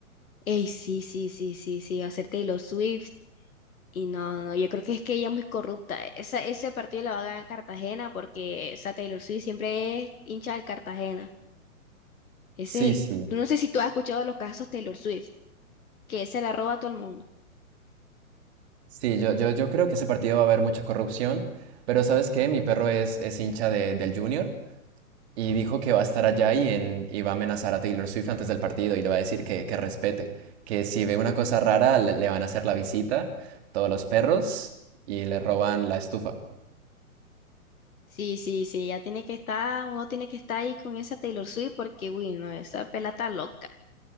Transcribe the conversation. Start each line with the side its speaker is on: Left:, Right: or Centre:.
Left: Ey, sí, sí, sí, sí, sí, va a ser Taylor Swift. Y no, no, yo creo que es que ella es muy corrupta. Esa, ese partido lo va a ganar Cartagena porque esa Taylor Swift siempre es hincha del Cartagena. Ese
Right: Sí,
Left: es
Right: sí,
Left: el. No sé si tú has escuchado de los casos Taylor Swift, que se la roba a todo el mundo.
Right: sí, yo, yo, yo creo que ese partido va a haber mucha corrupción, pero ¿sabes qué? Mi perro es, es hincha de- del Junior Y dijo que va a estar allá y, en, y va a amenazar a Taylor Swift antes del partido y le va a decir que, que respete, que si ve una cosa rara le, le van a hacer la visita, todos los perros, y le roban la estufa.
Left: Sí, sí, sí, ya tiene que estar, uno tiene que estar ahí con esa Taylor Swift porque, uy, no, esa pela está loca.